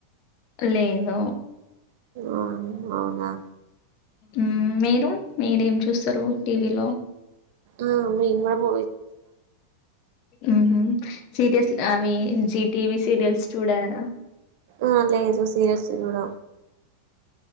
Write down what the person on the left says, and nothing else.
లేదు
ఉమ్ మీరు మీరేం చూస్తరు టీవీలో
ఉహు సీరియల్స్ అవి జిటివీ సీరియల్స్ చూడారా